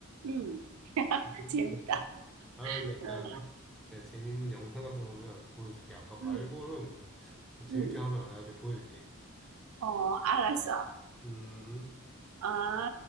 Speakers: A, on the right; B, in the centre.
A: 음, <laughs>
B: 음.
A: 재밌다.
B: 아, 근데 약간
A: 응,
B: 내가 재밌는 영상 같은 거 보면 보여줄게. 아까 말벌은
A: 응,
B: 재밌긴
A: 응.
B: 하더라. 내가 나중에 보여줄게.
A: 어, 알았어.
B: 음.
A: 아.